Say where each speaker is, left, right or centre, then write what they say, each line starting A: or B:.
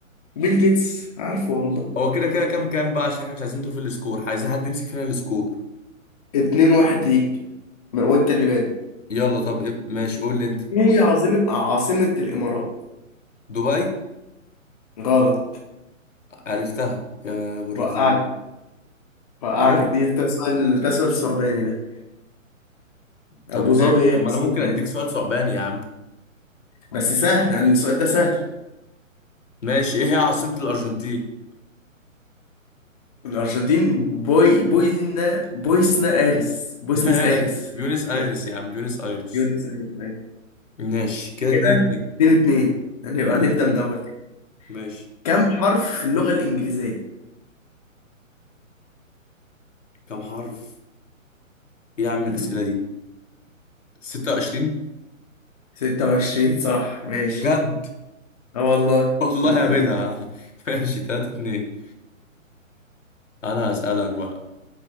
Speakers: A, on the left; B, on the left.
A: بيل جيتس عارفه والله
B: هو كده كده كام كام بقى عشان احنا مش عايزين نطول في السكور عايزين حد يمسك فينا السكور
A: اتنين واحد ليك من- وانت اللي بادئ
B: يلا طب إيه؟ ماشي قول لي انت
A: ايه هي عاصمة عاصمة الامارات
B: دبي
A: غلط
B: عرفتها يا ابو الرخام
A: وقعت وقعتك
B: ايه
A: دي ده سؤال ده سؤال صعباني ده ابو
B: طب ماشي
A: ظبي هي
B: طب ما
A: عاصمة
B: انا ممكن اديك
A: ايه
B: سؤال صعباني يا عم
A: بس سهل يعني السؤال ده سهل
B: ماشي ايه هي عاصمة الأرجنتين
A: الأرجنتين بوي بويزنا بويسنا آريس بويسنس
B: ماشي
A: آريس
B: بيونس ايرس
A: كده
B: يا عم بيونس ايرس
A: بيونس آريس أيوة
B: ماشي كده
A: كده
B: اتنين اتنين
A: اتنين اتنين هنبقى
B: ماشي
A: هنبدأ من أول كده
B: ماشي
A: كم حرف في اللغة الإنجليزية؟
B: كم حرف ايه يا عم
A: مم.
B: الأسئلة دي 26
A: ستة وعشرين صح ماشي
B: بجد
A: اه والله
B: والله
A: تلاتة
B: يا بدعة
A: اتنين
B: <laughs> ماشي تلاتة اتنين انا هسألك بقى